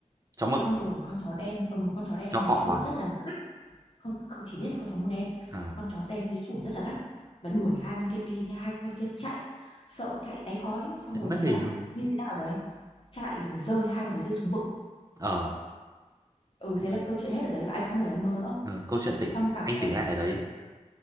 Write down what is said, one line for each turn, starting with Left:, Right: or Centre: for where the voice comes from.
Right: chó mực
Left: xong rồi con chó đen ừ con chó đen
Right: Chó
Left: này
Right: cọ
Left: sủa
Right: à?
Left: rất là dữ không, không chỉ biết là con chó màu đen
Right: Ờ,
Left: con chó đen đi sủa rất là gắt và đuổi hai con kia đi thế hai con kia chạy sợ chạy tái khói xong
Right: chạy
Left: rồi
Right: mất
Left: thế
Right: hình
Left: là
Right: luôn.
Left: như thế nào đấy chạy rồi rơi hai con đấy rơi xuống vực
Right: Ờ,
Left: ừ
Right: ui,
Left: thế là câu chuyện hết ở đấy và anh không bao giờ anh mơ nữa
Right: ờ, câu chuyện tỉnh,
Left: trong cả
Right: anh
Left: tuần
Right: tỉnh lại ở đấy.